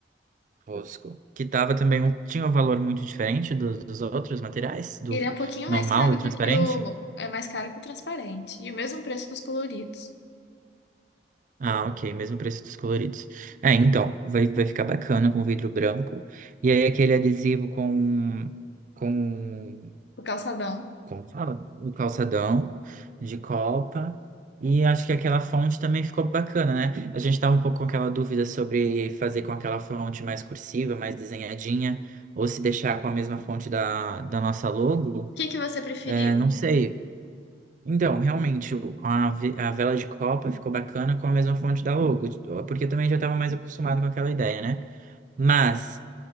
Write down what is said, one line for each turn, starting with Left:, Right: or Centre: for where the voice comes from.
Right: fosco, que tava também um, tinha um valor muito diferente dos, dos outros materiais, do
Left: Ele é um pouquinho
Right: normal,
Left: mais caro
Right: do transparente.
Left: do que o... É mais caro que o transparente. E o mesmo preço dos coloridos.
Right: Ah, ok, mesmo preço dos coloridos. É, então, vai, vai ficar bacana com vidro branco. E aí aquele adesivo com, com,
Left: O calçadão. O
Right: como fala? O calçadão de copa. E acho que aquela fonte também ficou bacana, né? A gente tava um pouco com aquela dúvida sobre fazer com aquela fonte mais cursiva, mais desenhadinha, ou se deixar com a mesma fonte da, da nossa logo.
Left: que que você preferiu?
Right: É, não sei, então, realmente, o- a, ve- a vela de copa ficou bacana com a mesma fonte da logo, porque eu também já estava mais acostumado com aquela ideia, né? Mas,